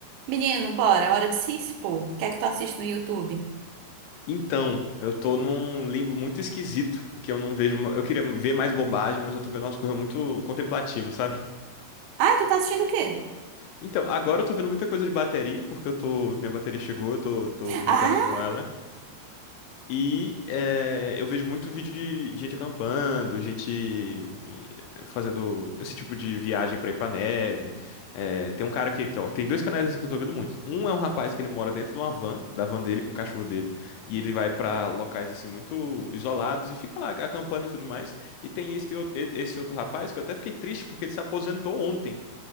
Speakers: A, on the right; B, on the left.
A: Menino, bora, hora de se expor. O que é que tu assiste no YouTube?
B: Então, eu tô num limbo muito esquisito, que eu não vejo. Eu queria ver mais bobagem, mas eu tô vendo umas coisas muito contemplativas, sabe?
A: Ah, tu tá assistindo o quê?
B: Então, agora eu tô vendo muita coisa de bateria, porque eu tô. Minha bateria chegou, eu tô, tô brincando
A: Ah!
B: aqui com ela. E eh, eu vejo muito vídeo de, de gente acampando, gente em- fazendo esse tipo de viagem pra ir pra neve. Eh, tem um cara que. Então, tem dois canais assim que eu tô vendo muito. Um é um rapaz que ele mora dentro de uma van, da van dele, com o cachorro dele. E ele vai pra locais assim muito isolados e fica lá acampando e tudo mais. E tem esse, outro- esse outro rapaz que eu até fiquei triste porque ele se aposentou ontem